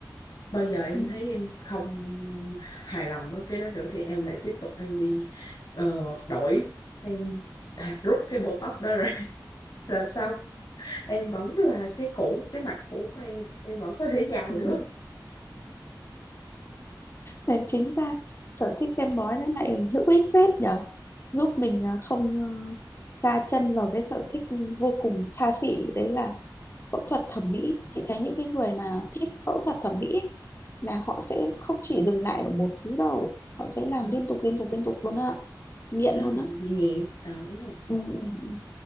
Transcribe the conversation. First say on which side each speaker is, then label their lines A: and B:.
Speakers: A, on the left; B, on the left.
A: bao giờ em
B: ừ.
A: thấy em không hài lòng với cái đó nữa thì em lại tiếp tục em đi ờ, đổi em thà rút cái Botox đó ra <laughs> là xong em vẫn là cái cũ cái mặt cũ của em em vẫn có thể giàu
B: Ừ.
A: được
B: Thế chính ra sở thích xem bói nó lại hữu ích phết nhở giúp mình à, không ờ, sa chân vào cái sở thích vô cùng xa xỉ đấy là phẫu thuật thẩm mỹ chị thấy những cái người mà thích phẫu thuật thẩm mỹ ấy, là họ sẽ không chỉ dừng lại ở một thứ đâu họ sẽ làm
A: Ờ,
B: liên tục liên tục liên tục luôn ạ nghiện
A: nó
B: luôn
A: là
B: á
A: bị nghiện Ờ, đúng rồi
B: ừ, ừ, ừ.